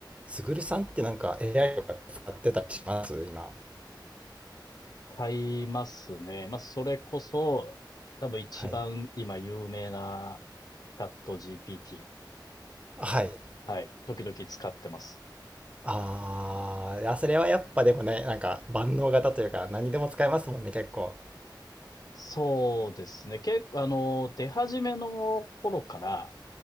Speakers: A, on the right; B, on the left.
A: すぐるさんってなんか AI とか使ってたりします今。
B: 買いますね。まあ、それこそ、多分一番今有名な
A: はい。
B: チャット GPT。
A: はい。
B: はい。時々使ってます。
A: ああ、いや、それはやっぱでもね、なんか万能型というか何でも使えますもんね、結構。
B: そうですね。結構、あの、出始めの頃から、